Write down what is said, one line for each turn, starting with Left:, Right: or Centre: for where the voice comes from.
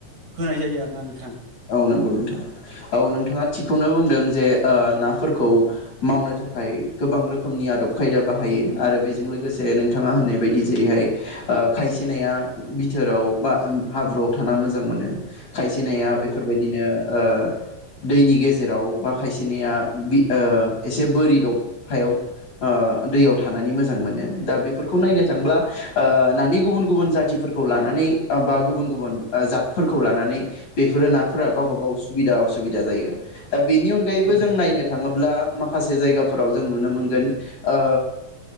Right: होनाय जायो आरो ना नोंथां
Left: औ नंगौ नोंथां औ नोंथाङा थिगखौनो बुंदों जे ओ नाफोरखौ खौ मावनो थाखाय गोबां रोखोमनि आदब खायदा बाहायो आरो बेजों लोगोसे नोंथाङा होननाय बायदि जेरैहाय ओ खायसे नाया बिथोराव बा हाब्रुआव थाना मोजां मोनो खायसे नाया
Right: औ
Left: बे फोरबायदिनो ओ दैनि गेजेराव बा खायसेनिया बि ओ एसे बोरि दब हायाव ओ दैयाव थानानै मोजां मोनो दा बेफोरखौ नायनो थांब्ला ओ नानि गुबुन गुबुन जाथिफोरखौ लानानै बा गुबुन गुबुन जातफोरखौ लानानै बेफोरो ना फोरा गावबा
Right: औ
Left: गाव सुबिदा असुबिदा जायो। दा बेनि अनगायैबो
Right: औ
Left: जों नायनो थाङोब्ला माखासे जायगाफोराव जों नुनो मोनगोन ओ